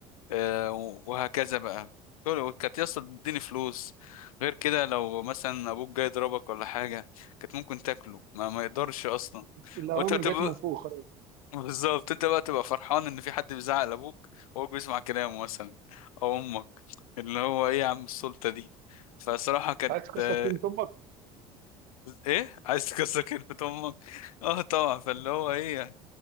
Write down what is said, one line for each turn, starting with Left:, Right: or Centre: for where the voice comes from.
Left: آه وهكذا بقى دول كانت يسطا تديني فلوس غير كده لو مثلا ابوك جاي يضربك ولا حاجه كانت ممكن تاكله ما, ما يقدرش اصلا
Right: اللي هو
Left: وانت
Right: من
Left: بتبقى
Right: جت من فوق خلاص
Left: بالظبط انت بقى تبقى فرحان ان في حد بيزعق لابوك وهو بيسمع كلامه مثلا او امك اللي هو ايه يا عم السلطه دي فصراحه كانت
Right: عايز تكسر
Left: آه،
Right: كلمه امك
Left: ايه عايز تكسر كلمه امك اه طبعا فاللي هو ايه يعني